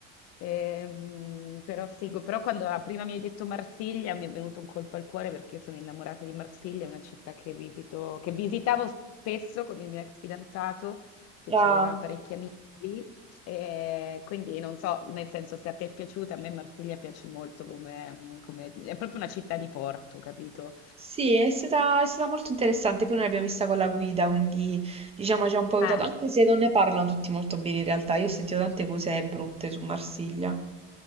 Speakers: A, on the left; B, on the right.
A: Ehm, però seguo, però quando la prima mi hai detto Marsiglia mi è venuto un colpo al cuore perché sono innamorata di Marsiglia, è una città che visito, che visitavo spesso con il mio ex fidanzato che
B: ah.
A: aveva parecchi amici lì, e quindi non so, nel senso se a te è piaciuta, a me Marsiglia piace molto come, come- è proprio una città di porto, capito?
B: Sì, è stata, è stata molto interessante. Poi noi l'abbiamo vista con la guida, quindi diciamo ci ha un po' aiutato,
A: Ah.
B: anche se non ne parlano tutti molto bene in realtà. Io ho sentito tante cose brutte su Marsiglia.